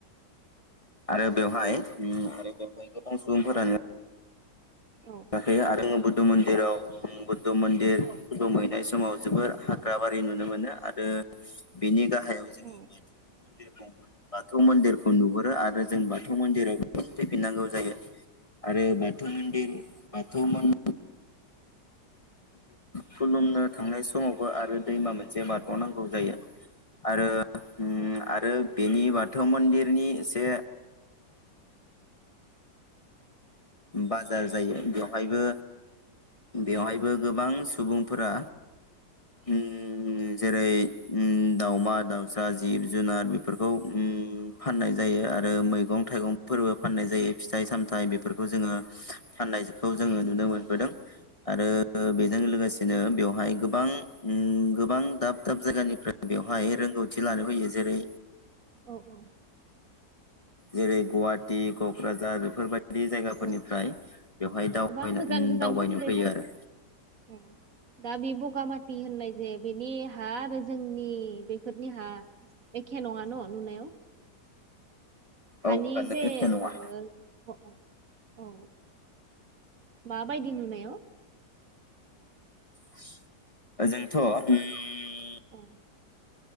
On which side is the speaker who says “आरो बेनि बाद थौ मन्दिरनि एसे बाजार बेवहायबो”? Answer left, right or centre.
Left